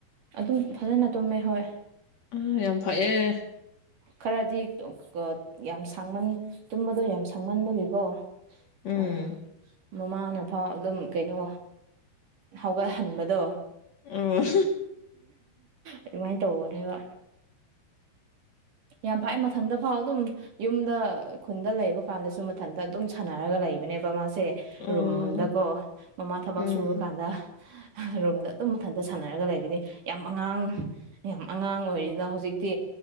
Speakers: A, on the right (about 50°); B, on the left (about 45°).
A: ꯑꯗꯨꯝ ꯐꯖꯅ ꯇꯨꯝꯃꯦ ꯍꯣꯏ
B: ꯑꯝ ꯌꯥꯝ ꯐꯩꯌꯦ
A: ꯈꯔꯗꯤ ꯌꯥꯝ ꯁꯥꯡꯃꯟ ꯇꯨꯝꯕꯗꯣ ꯌꯥꯝ ꯁꯥꯡꯃꯟꯕꯒꯤꯀꯣ
B: ꯎꯝ
A: ꯑꯥ ꯃꯃꯥꯅ ꯐꯥꯎ ꯑꯗꯨꯝ ꯀꯩꯅꯣ ꯍꯧꯒꯠꯍꯟꯕꯗꯣ
B: ꯎꯝ
A: ꯑꯗꯨꯃꯥꯏꯅ ꯇꯧꯕꯅꯦꯕ ꯌꯥꯝ ꯐꯥꯏ ꯃꯊꯟꯗ ꯐꯥꯎ ꯑꯗꯨꯝ ꯌꯨꯝꯗ ꯈꯨꯟꯗ ꯂꯩꯕ ꯀꯥꯟꯗꯁꯨ ꯃꯊꯟꯇ ꯑꯗꯨꯝ ꯁꯥꯟꯅꯔꯒ ꯂꯩꯕꯅꯦꯕ ꯃꯥꯁꯦ ꯁꯦ
B: ꯎꯝ
A: ꯔꯨꯝꯗꯀꯣ ꯃꯃꯥ ꯊꯕꯛ
B: ꯎꯝ
A: ꯁꯨꯔꯀꯥꯟꯗ ꯔꯨꯝꯗ ꯑꯗꯨꯝ ꯃꯊꯟꯇ ꯁꯥꯟꯅꯔꯒ ꯂꯩꯕꯅꯤ ꯌꯥꯝ ꯑꯉꯥꯡ ꯌꯥꯝ ꯑꯉꯥꯡ ꯑꯣꯏꯔꯤꯅ ꯍꯧꯖꯤꯛꯇꯤ